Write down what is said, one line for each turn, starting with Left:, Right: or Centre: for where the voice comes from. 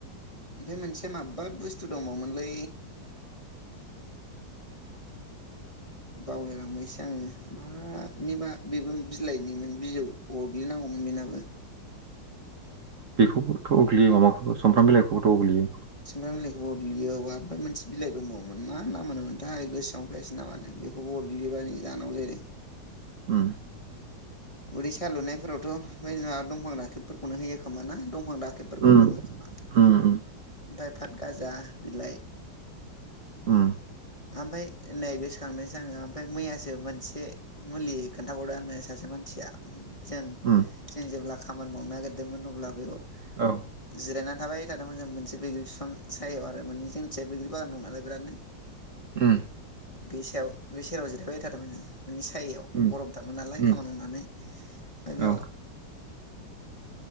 Left: ओमफ्राय मोनसेया माबबा बुस्थु दंबावोमोनलै? बावलायलांबायसो आङो मानिबा बेबो बिलाइनिमोन बिजौ अरग्लिनांगौ मोन बेनाबो
Right: बेखौबोथ' उग्लैयो माबाखौबो सामफ्राम बिलाइखौबोथ' उग्लैयो।
Left: सामब्राम बिलाइखौबो अग्लियो <unintelligible> मोनसे बिलाइ दंबावोमोन मा नाम मोनथाय गोसोआवनो फैयासै नामानो। बेखौबो अरग्लिबादि जानांगौ जाहैदों।
Right: ओम।
Left: उदै सालुनायफोरावथ' दंफां राखेबफोरखौनो होयो खोमा ना दं? <unintelligible> दाखेबफोरखौ
Right: उम
Left: लोङो खोमा? ओमफफ्राय
Right: उम उम
Left: फात गाजा बिलाइ।
Right: ओम
Left: ओमफाय नै गोसोखांदोंसो आङो ओमफ्राय मैयासो मोनसे मुलि खोनथाबावदों आंनो सासे मानसिया जों
Right: उम
Left: जों जेब्ला खामानि मावनो नागिरदोंमोन अब्ला बेयाव
Right: औ
Left: जिरायनान थाबाय थादोंमोन जों मोनसे बैग्रि बिफां सायाव आरो माने जोंथिजाय बैग्रि बागान दं नालाय बिरादनो।
Right: उ
Left: बे सायाव बे सेरायाव जिरायबाय थादोंमोनङो मानानि सायायाव
Right: उम
Left: गरम थारमोन नालाय
Right: उम
Left: खामानि मावनानै बेयाव
Right: औ <inaudible>